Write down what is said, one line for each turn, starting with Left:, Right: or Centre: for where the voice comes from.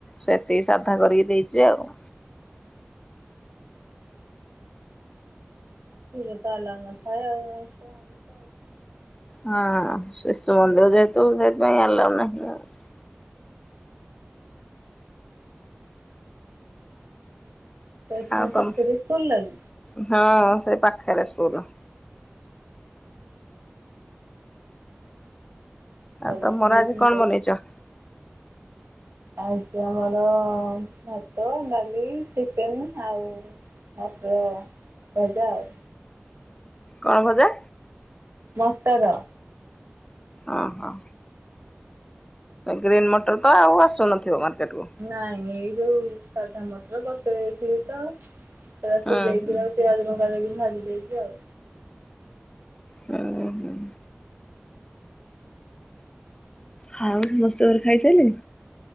Left: ସେତିକି ସାଧା କରିକି ଦେଇଛି ଆଉ
Right: ସ୍କୁଲରେ ତ ଆଲାଉ ନଥାଏ ଆଉ <unintelligible>
Left: ହଁ ଶିଶୁ ମନ୍ଦିର ଯେହେତୁ ସେଇଥିପାଇଁ ଆଲାଉ ନାହିଁ ଆଉ।
Right: ସେଇଠି
Left: ଆଉ
Right: ତାଙ୍କ
Left: ତମ
Right: ପାଖରେ ବି ସ୍କୁଲ ଲାଗି।
Left: ହଁ ସେ ପାଖରେ ସ୍କୁଲ।
Right: ସବୁଦିନ
Left: ଆଉ ତମର
Right: ଟିଫିନ
Left: ଆଜି କଣ
Right: ପ୍ୟାକ୍
Left: ବନେଇଛ?
Right: ହଉଛି ଆମର ଭାତ ଡାଲି ଚିକେନ ଆଉ ମଟର ଭଜା ଆଉ।
Left: କଣ ଭଜା?
Right: ମଟର।
Left: ଓହୋ। ଗ୍ରୀନ୍ ମଟର ତ ଆଉ ଆସୁନଥିବ ମାର୍କେଟ କୁ।
Right: ନାଇଁ ଏଇ ଯୋଉ ସାଧା ମଟର ବତୁରେଇ ଦେଇଥିଲି ତ। ସେଗୁରା ସିଯେଇକି
Left: ହୁଁ ହୁଁ
Right: ଆଉ ପିଆଜ ଲଙ୍କା ଦେଇକି ଭାଜି ଦେଇଚି ଆଉ।
Left: ହୁଁ ହୁଁ। ହଉ ଆଉ ସମସ୍ତେ ଘରେ ଖାଇସାରିଲେଣି।